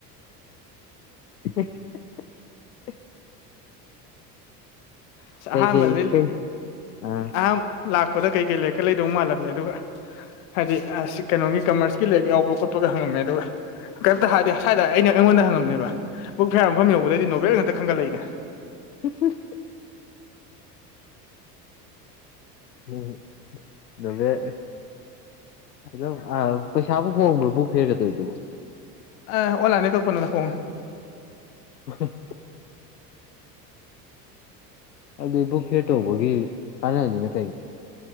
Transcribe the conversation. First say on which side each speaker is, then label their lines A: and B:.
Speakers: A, on the left; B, on the left.
A: <unintelligible>
B: ꯑꯁ
A: ꯀꯩꯀꯩ
B: ꯑꯍꯥꯟꯕꯗꯤ
A: ꯀꯩ ꯑ
B: ꯑꯍꯥꯟ ꯂꯥꯛꯄꯗ ꯀꯩ ꯀꯩ ꯂꯥꯏꯔꯤꯛꯀ ꯂꯩꯗꯧ ꯃꯥꯜꯂꯝꯃꯦ ꯑꯗꯨꯒ ꯫ ꯍꯥꯏꯗꯤ ꯑꯁ ꯀꯩꯅꯣꯒꯤ ꯀꯃꯔꯁꯀꯤ ꯂꯥꯏꯔꯤꯛ ꯌꯥꯎꯕ ꯈꯣꯠꯄꯒ ꯍꯪꯉꯝꯃꯦ ꯑꯗꯨꯒ ꯫ ꯀꯔꯤꯝꯇ ꯍꯥꯏꯗꯦ ꯁꯥꯏꯗ ꯑꯩꯅ ꯑꯩꯉꯣꯟꯗ ꯍꯪꯉꯝꯃꯦꯕ ꯕꯨꯛ ꯐꯌꯥꯔ ꯃꯐꯝ ꯌꯧꯕꯗꯗꯤ ꯅꯣꯕꯦꯜ ꯉꯥꯛꯇ ꯈꯟꯒꯠꯂꯛꯏꯅꯦ ꯫
A: <unintelligible> ꯎꯝ ꯅꯣꯕꯦꯜ ꯫ ꯑꯗꯨꯝ ꯄꯩꯁꯥꯕꯨ ꯍꯣꯡꯕ꯭ꯔꯣ ꯕꯨꯛ ꯐꯦꯔꯒ ꯇꯧꯔꯤꯗꯨꯕꯨ ꯫
B: ꯑꯦ ꯑꯣꯟ ꯂꯥꯏꯟꯗꯒꯤ ꯀꯛ ꯄꯅꯥ ꯍꯣꯡꯉꯦ ꯫
A: <unintelligible> ꯑꯗꯨꯕꯨꯛ ꯐꯤꯔ ꯇꯧꯕꯒꯤ ꯀꯥꯟꯅꯕꯅꯤꯅ ꯀꯩꯒꯤ